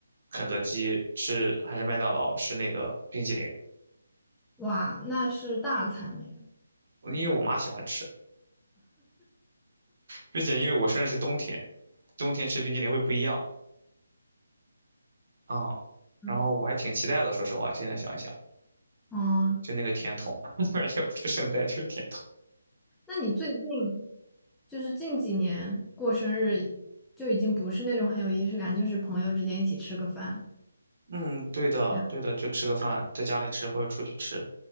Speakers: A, on the right (about 40°); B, in the centre.
A: 肯德基吃，还是麦当劳吃那个冰淇淋，
B: 哇，那是大餐了呀。
A: 因为我妈喜欢吃，并且因为我生日是冬天。冬天吃冰激凌会不一样啊。
B: 嗯
A: 然后我还挺期待的，说实话，现在想一想，
B: 嗯，
A: 就那个甜筒，<laughs> 也不是圣代，就是甜筒。
B: 那你最近？就是近几年过生日就已经不是那种很有仪式感，就是朋友之间一起吃个饭
A: 嗯，对的，
B: 这样。
A: 对的，就吃个饭，在家里吃或者出去吃，